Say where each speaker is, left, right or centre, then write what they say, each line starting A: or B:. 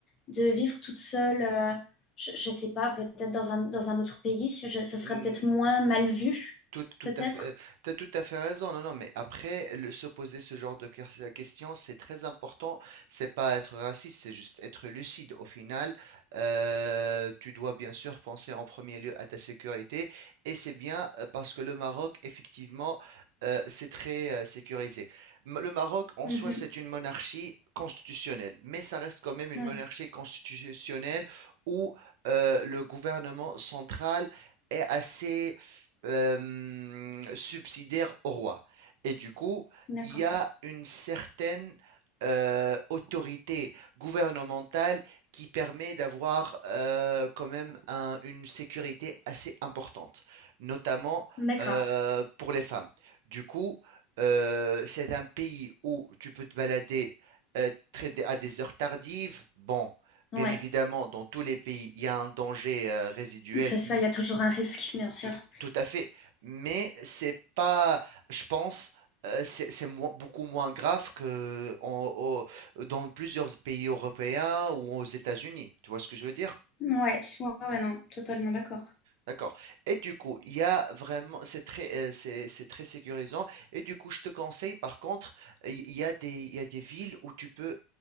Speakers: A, on the left; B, on the right.
A: de vivre toute seule. euh, je ne sais pas, peut-être dans un, dans un autre pays, je- ça serait
B: Hum,
A: peut-être moins mal vu,
B: s- Tout, tout
A: peut-être.
B: à fait, euh, t'as tout à fait raison. Non, non, mais après, le- se poser ce genre de ques- questions, c'est très important. C'est pas être raciste, c'est juste être lucide. Au final, euh, tu dois bien sûr penser en premier lieu à ta sécurité. Et c'est bien euh, parce que le Maroc, effectivement, euh, c'est très euh, sécurisé. M- Le Maroc, en
A: Mhm.
B: soi, c'est une monarchie constitutionnelle, mais ça reste quand même une
A: Oui,
B: monarchie constitutionnelle où euh, le gouvernement central est assez euh, subsidiaire au roi. Et du coup,
A: d'accord.
B: il y a une certaine euh, autorité gouvernementale qui permet d'avoir euh, quand même un- une sécurité assez importante, notamment
A: D'accord.
B: euh, pour les femmes. Du coup, euh, c'est un pays où tu peux te balader euh, très- à des heures tardives. Bon.
A: Ouais.
B: Bien évidemment, dans tous les pays, il y a un danger euh, résiduel,
A: C'est ça, il y a toujours un risque, bien sûr.
B: tout, tout à fait. Mais c'est pas, je pense, euh, c'est c'est moins- beaucoup moins grave que en- au- dans plusieurs pays européens ou aux États-Unis. Tu vois ce que je veux dire?
A: Ouais, ouais, ouais, non, totalement d'accord.
B: D'accord. Et du coup, il y a vraiment, c'est très, euh, c'est, c'est très sécurisant. Et du coup, je te conseille, par contre, euh, il y a des, il y a des villes où tu peux